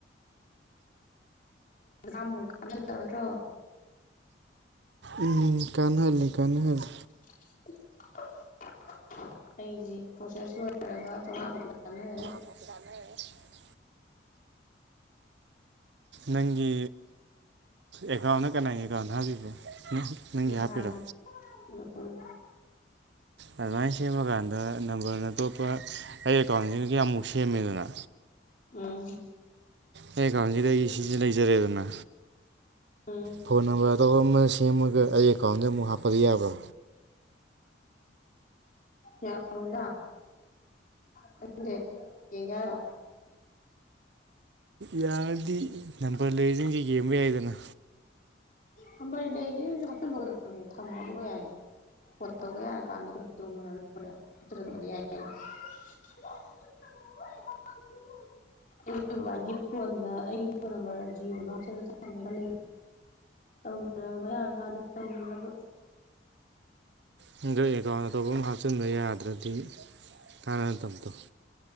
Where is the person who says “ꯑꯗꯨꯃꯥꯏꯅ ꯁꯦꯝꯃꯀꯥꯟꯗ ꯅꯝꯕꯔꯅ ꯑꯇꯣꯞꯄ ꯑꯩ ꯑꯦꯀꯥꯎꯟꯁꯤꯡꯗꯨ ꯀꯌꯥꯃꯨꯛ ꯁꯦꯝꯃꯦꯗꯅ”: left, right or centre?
Right